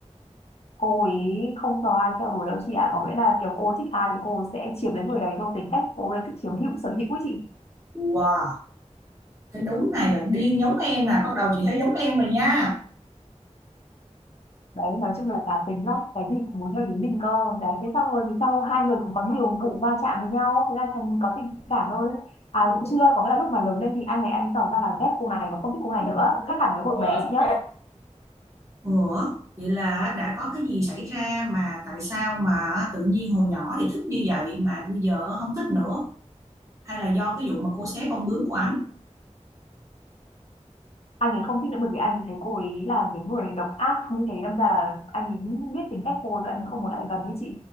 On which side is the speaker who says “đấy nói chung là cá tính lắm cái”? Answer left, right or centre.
Left